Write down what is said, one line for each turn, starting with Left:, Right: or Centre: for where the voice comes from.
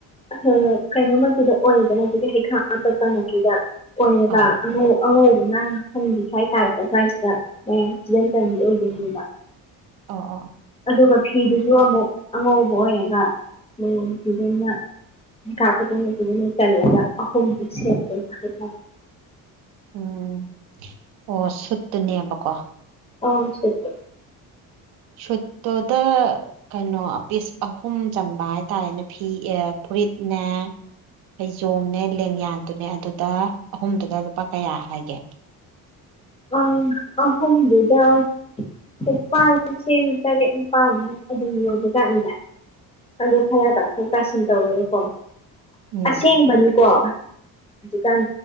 Left: ꯑꯍ ꯀꯩꯅꯣ ꯃꯆꯨꯗ ꯑꯣꯏꯗꯅ ꯍꯧꯖꯤꯛꯀꯤ ꯍꯩꯈꯥ ꯑꯄꯠꯄ ꯃꯆꯨꯗ ꯑꯣꯏꯌꯦꯕ
Right: ꯑꯥꯎ
Left: ꯑꯉꯧ ꯑꯉꯧꯕꯧꯕꯅ ꯇꯨꯡꯒꯤ ꯁ꯭ꯋꯥꯏ ꯇꯥꯔꯛꯄ ꯁ꯭ꯋꯥꯏꯁꯤꯗ ꯍꯌꯦꯡ ꯐꯤꯖꯟ ꯆꯟꯕꯤ ꯑꯣꯏꯗꯣꯏꯅꯦꯕ
Right: ꯑꯣ ꯑꯣ
Left: ꯑꯗꯨꯒ ꯐꯤꯗꯨꯁꯨ ꯑꯃꯨꯛ ꯑꯉꯧꯕ ꯑꯣꯏꯔꯒ ꯃ ꯄꯤꯖꯅ ꯀꯥꯞꯄꯗꯅꯠꯇꯖꯅ ꯆꯔꯛꯑꯒ ꯑꯍꯨꯝꯗꯨ ꯁꯦꯞꯂ ꯍꯥꯏ
Right: ꯎꯝ ꯑꯣ ꯁꯨꯠꯇꯨꯅꯦꯕꯀꯣ
Left: <unintelligible> ꯁꯨꯠ ꯇꯣ
Right: ꯁꯨꯠꯇꯨꯗ ꯀꯩꯅꯣ ꯄꯤꯁ ꯑꯍꯨꯝ ꯆꯟꯕ ꯍꯥꯏꯇꯥꯔꯦꯅꯦ ꯐꯤ ꯐꯨꯔꯤꯠꯅꯦ ꯐꯩꯖꯣꯝꯅꯦ ꯂꯦꯡꯌꯥꯟꯗꯨꯅꯦ ꯑꯗꯨꯗ ꯑꯍꯨꯝꯗꯨꯗ ꯂꯨꯄꯥ ꯀꯌꯥ ꯍꯥꯏꯒꯦ
Left: ꯑ ꯑꯍꯨꯝꯗꯨꯗ ꯂꯨꯄꯥ ꯂꯤꯁꯤꯡ ꯇꯔꯦꯠ ꯅꯤꯄꯥꯜ ꯃꯨꯛ ꯗꯨꯝ ꯌꯧꯕꯖꯥꯠꯅꯤꯗ ꯑꯗꯨ ꯈꯔ ꯇꯥꯊꯣꯛ ꯇꯥꯁꯤꯟ ꯇꯧꯔꯒ ꯀꯣ
Right: ꯎꯝ
Left: ꯑꯁꯦꯡꯕꯅꯤꯀꯣ ꯀꯥꯟ